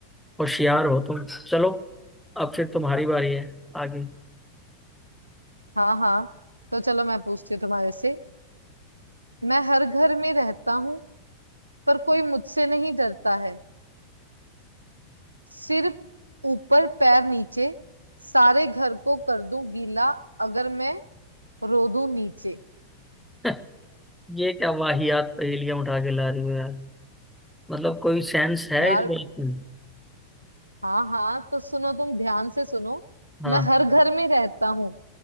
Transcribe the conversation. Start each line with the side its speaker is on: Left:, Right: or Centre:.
Centre: होशियार हो तुम चलो अब फिर तुम्हारी बारी है आगे
Right: हाँ हाँ तो चलो मैं पूछती हूँ तुम्हारे से मैं हर घर में रहता हूँ पर कोई मुझसे नहीं डरता है सिर ऊपर पैर नीचे सारे घर को कर दूं गीला अगर मैं रो दूं नीचे
Centre: <laughs> ये क्या वाहियात पहेलियां उठा के ला रही हो यार मतलब कोई सेंस है
Right: यार
Centre: इस बात में
Right: हाँ हाँ तो सुनो तुम ध्यान से सुनो
Centre: हाँ
Right: मैं हर घर में रहता हूँ